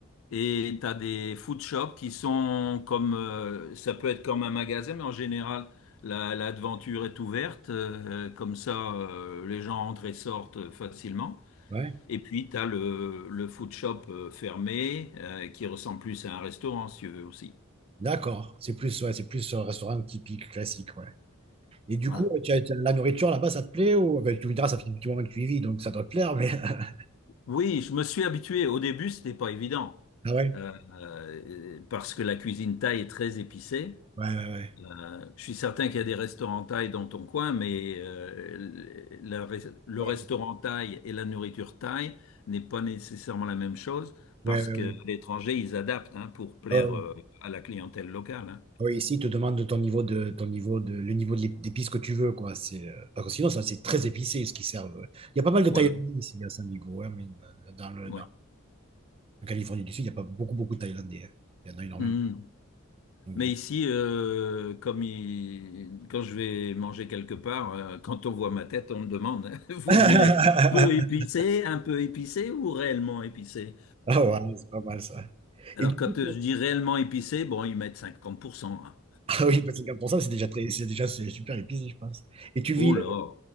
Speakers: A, on the left; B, on the right.
A: Et tu as des food shops qui sont comme, euh, ça peut être comme un magasin, mais en général, la, l'aventure est ouverte. euh, comme ça, euh, les gens entrent et sortent facilement.
B: ouais.
A: Et puis, tu as le, le food shop euh, fermé euh, qui ressemble plus à un restaurant, si tu veux aussi.
B: D'accord. C'est plus, ouais, c'est plus un restaurant typique, classique, ouais. Et du
A: Voilà.
B: coup, tu as- tu as- la nourriture là-bas, ça te plaît ou ben, tu me diras, ça fait du petit moment que tu y vis, donc ça doit te plaire, mais. <laughs>
A: Oui, je me suis habitué. Au début, c'était pas évident
B: Ah ouais?
A: euh, euh, parce que la cuisine thaï est très épicée.
B: Ouais, ouais, ouais.
A: Euh, je suis certain qu'il y a des restaurants thaï dans ton coin, mais euh, la res- le
B: Ouais,
A: restaurant thaï et la nourriture thaï n'est pas nécessairement la même chose parce
B: ouais, ouais,
A: que
B: ouais.
A: l'étranger, ils adaptent hein, pour plaire
B: Ah ouais,
A: euh, à la clientèle locale. hein.
B: ouais, ici, ils te demandent de ton niveau de, ton niveau de, le niveau de l'ép- d'épices que tu veux, quoi. C'est, euh, parce que sinon, ça, c'est très épicé, ce qu'ils servent. Il y a pas mal de
A: Voilà.
B: Thaïlandais ici à San Diego, hein, mais euh, dans le,
A: Ouais.
B: dans En Californie du Sud, il n'y a pas beaucoup, beaucoup de Thaïlandais. hein. Il y en a énormément.
A: Hmm.
B: Donc,
A: Mais
B: du
A: ici,
B: coup-
A: euh, comme il- quand je vais manger quelque part, euh, quand on voit ma tête, on me demande, <laughs> vous
B: <laughs>
A: voulez peu épicé, un peu épicé ou réellement épicé?
B: Ah ouais, c'est pas mal ça.
A: Alors
B: Et du
A: quand
B: coup, <laughs>
A: euh,
B: t'es-
A: je dis réellement épicé, bon, ils mettent 50%. hein.
B: ah oui, bah, 50%, c'est déjà très, c'est déjà c'est super épicé, je pense. Et tu vis,
A: Oh là,
B: euh,